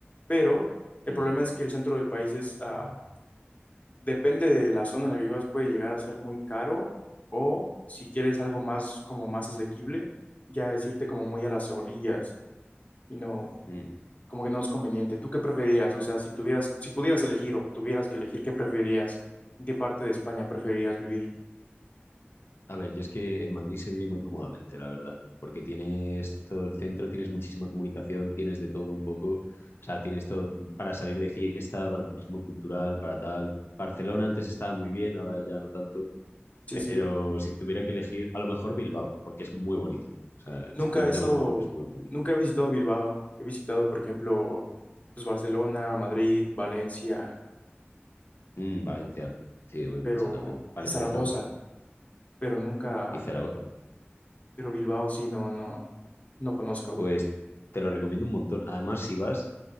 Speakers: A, on the left; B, on the left.
A: Pero el
B: Mm,
A: problema es que el centro del país es, ah, depende de la zona en la que vivas, puede llegar a ser muy caro o si quieres algo más como más asequible, ya es irte como muy a las orillas y no,
B: mm.
A: como que no es conveniente. ¿Tú qué preferías? O sea, si tuvieras, si pudieras elegir o tuvieras que elegir, ¿qué preferías? ¿En qué parte de España preferirías vivir?
B: A ver, yo es que en Madrid se vive muy cómodamente, la verdad, porque tienes todo el centro, tienes muchísima comunicación, tienes de todo un poco. O sea, tienes todo para salir de fiesta, para turismo cultural, para tal. Barcelona antes estaba muy bien, ahora ya no tanto.
A: Sí, sí.
B: Pero si tuviera que elegir, a lo mejor Bilbao, porque es muy bonito. O sea,
A: Nunca
B: simplemente
A: he estado,
B: a lo mejor porque es muy bonito.
A: nunca he visitado Bilbao. He visitado, por ejemplo, pues Barcelona, Madrid, Valencia,
B: Mm, Valencia, sí, voy mucho
A: pero
B: también. Valencia
A: y Zaragoza,
B: está muy bien.
A: pero nunca,
B: Y Zaragoza,
A: pero Bilbao sí, no, no, no conozco.
B: pues te lo recomiendo un montón. Además, si vas,